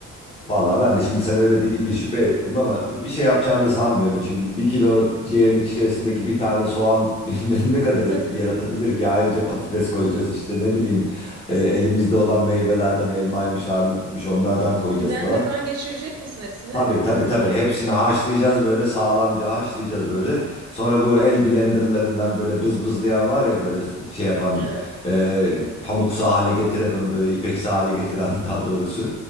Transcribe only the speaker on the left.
Valla ben de şimdi sen öyle deyince şüphe ettim ama bir şey yapacağını da sanmıyorum. Şimdi bir kilo ciğerin içerisindeki bir tane soğan <laughs> ne kadar
etki yaratabilir ki? Ayrıca patates
koyacağız işte ne bileyim e, elimizde olan meyvelerden elmaymış, armutmuş onlardan koyacağız
falan.
Tabii tabii
tabii. Hepsini
haşlayacağız böyle sağlamca haşlayacağız böyle. Sonra bu el blenderlarından böyle bızbızlayan var ya böyle şey yapan
e, pamuksu hale getiren onu böyle ipeksi hale getiren <laughs> daha doğrusu.